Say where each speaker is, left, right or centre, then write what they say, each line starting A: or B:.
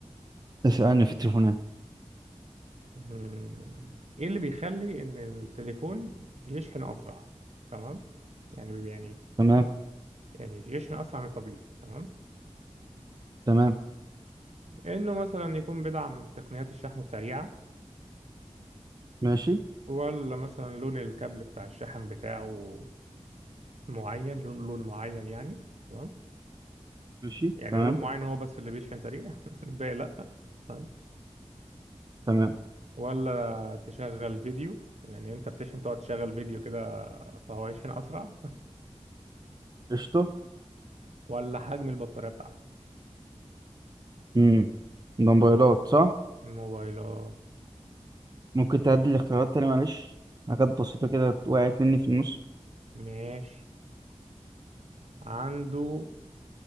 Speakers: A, on the right (about 35°); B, on the right (about 65°).
A: اسألني في التليفونات
B: مم. ايه اللي بيخلي ان التليفون يشحن اسرع تمام يعني بي- يعني
A: تمام
B: يعني يشحن اسرع من الطبيعي تمام
A: تمام
B: انه مثلا يكون بيدعم تقنيات الشحن السريعة
A: ماشي
B: ولا مثلا لون الكابل بتاع الشحن بتاعه معين لون لون معين يعني تمام
A: ماشي
B: يعني
A: تمام
B: لون معين هو بس اللي بيشحن سريع <laughs> الباقي لا تمام
A: تمام
B: ولا تشغل فيديو يعني انت بتشحن تقعد تشغل فيديو كده فهو يشحن اسرع
A: قشطة
B: ولا حجم البطارية بتاعته
A: امم ده موبايلات صح
B: موبايلات
A: ممكن تعدي الاختيارات تاني معلش حاجات بسيطة كده وقعت مني في النص
B: ماشي عنده